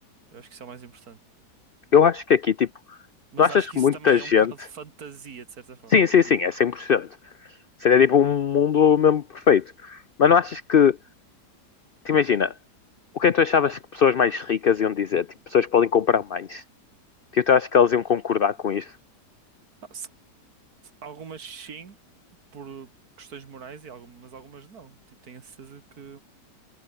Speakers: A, on the right; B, on the left.
A: Eu acho que isso é o mais importante.
B: Eu acho que aqui, tipo,
A: Mas
B: não achas
A: acho que
B: que
A: isso
B: muita
A: também
B: gente...
A: é um bocado de fantasia, de certa forma,
B: Sim,
A: entendes
B: sim, sim,
A: o que eu
B: é
A: estou
B: cem por cento Seria tipo um mundo mesmo perfeito. Mas não achas que... Te imagina... O que é que tu achavas que pessoas mais ricas iam dizer? Tipo, pessoas que podem comprar mais. Tipo, tu achas que elas iam concordar com isso?
A: a dizer? Algumas sim, por questões morais, e algumas, mas algumas não. Tipo, tenho a certeza que.